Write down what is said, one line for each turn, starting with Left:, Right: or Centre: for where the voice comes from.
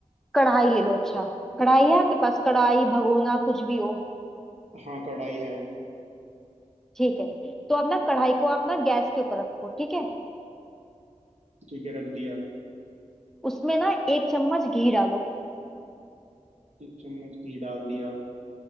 Centre: कढ़ाई ले लो अच्छा कढ़ाई है आपके पास कढ़ाई भगोना कुछ भी हो
Right: हाँ कढ़ाई है
Centre: ठीक है तो अब ना कढ़ाई को आप ना गैस के ऊपर रखो ठीक है
Right: ठीक है रख दिया
Centre: उसमें ना एक चम्मच घी डालो
Right: एक चम्मच घी डाल दिया